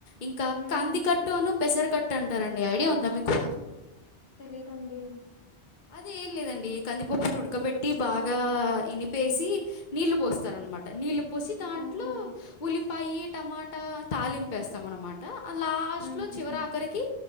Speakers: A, on the left; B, on the left.
A: ఇంకా
B: హుహు.
A: కందికట్టు అను పెసర్ కట్ అంటారండి ఐడియా ఉందా మీకు
B: తెలీదన్‌డి
A: అదే ఏం లేదండి కందిపప్పును ఉడకపెట్టి బాగా ఇనిపేసి నీళ్లు పోస్తారు మాట నీళ్లు పోసి దాంట్లో
B: ఆహా!
A: ఉల్లిపాయి టమాటా తాలింపేస్తాం అనమాట లాస్ట్లో
B: హ్మ్. హ్మ్.
A: చివరి ఆఖరికి